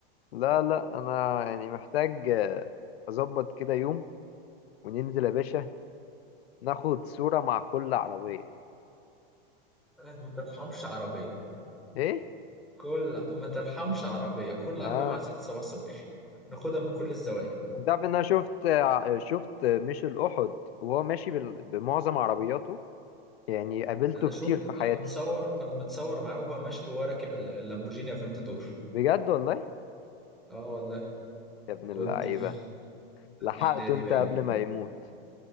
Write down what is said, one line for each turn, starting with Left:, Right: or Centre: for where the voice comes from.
Left: لا لا انا يعني محتاج آه، اظبط كده يوم وننزل يا باشا ناخد صوره مع كل عربيه
Centre: ما ترحمش عربيه
Left: ايه
Centre: كل ما ترحمش عربيه كل
Left: اه
Centre: عربيه معاها ست سبع سواق ناخدها من كل الزوايا
Left: انت عارف ان انا شفت ع- شفت ميشيل احد وهو ماشي بال- بمعظم عربياته يعني قابلته
Centre: انا شفت
Left: كتير في حياتي
Centre: انا متصور انا متصور معاه وهو ماشي وهو راكب ال- اللامبورجيني افنتادور
Left: بجد والله
Centre: اه والله
Left: يا ابن
Centre: كنت
Left: اللعيبه
Centre: في تانية
Left: لحقته
Centre: اعدادي
Left: انت
Centre: باين
Left: قبل ما يموت